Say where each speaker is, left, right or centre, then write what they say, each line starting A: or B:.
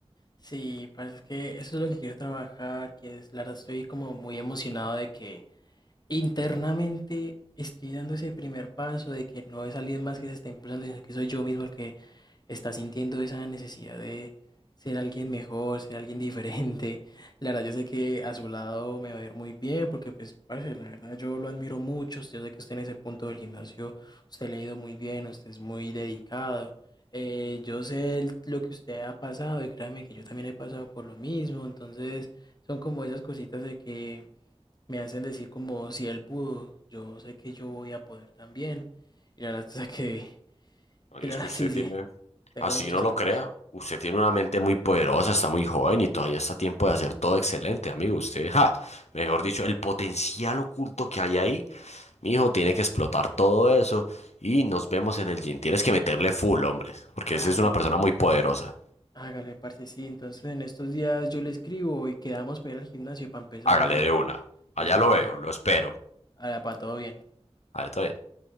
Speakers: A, on the left; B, on the left.
A: Sí, parce, es que eso es lo que quiero trabajar, que es, la verdad estoy como muy emocionado de que internamente estoy dando ese primer paso, de que no es alguien más que se está impulsando, sino que soy yo mismo el que está sintiendo esa necesidad de ser alguien mejor, ser alguien diferente. <laughs> La verdad, yo sé que a su lado me va a ir muy bien, porque pues, parce, la verdad, yo lo admiro mucho. Yo sé que usted en ese punto del gimnasio, usted le ha ido muy bien, usted es muy dedicado. Eh, yo sé el- lo que usted ha pasado y créame que yo también he pasado por lo mismo. Entonces, son como esas cositas de que me hacen decir como si él pudo, yo sé que yo voy a poder también. Y la verdad, <laughs> o sea que,
B: Oye,
A: que la
B: es
A: verdad,
B: que usted
A: sí, sí,
B: tiene
A: tengo
B: Así
A: muchos
B: no lo
A: años.
B: crea. Usted tiene una mente muy poderosa, está muy joven y todavía está a tiempo de hacer todo excelente, amigo. Usted, <laughs> ja, mejor dicho, el potencial oculto que hay ahí, mi hijo tiene que explotar todo eso y nos vemos en el gym. Tienes que meterle full, hombre, porque
A: Hágale,
B: ese es una persona muy poderosa.
A: hágale, parce, sí. Entonces en estos días yo le escribo y quedamos para ir al gimnasio para empezar,
B: Hágale
A: hágale.
B: de una. Allá
A: Listo,
B: lo
A: papá.
B: veo, lo espero.
A: Hágale, papá, todo bien.
B: A ver, está bien.